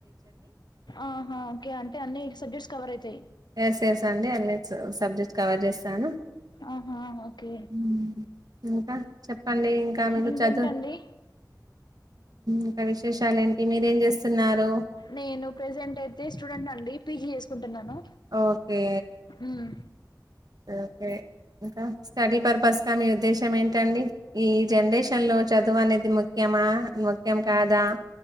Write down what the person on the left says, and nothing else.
ఆహా ఓకే అంటే అన్నీ సబ్జెక్ట్స్ కవరే తేయ్
ఆహాఓకే
ఇంకేంటండి
నేను ప్రెజెంట్ అయితే స్టూడెంట్ అండి పీజీ చేసుకుంటున్నాను
మ్మ్.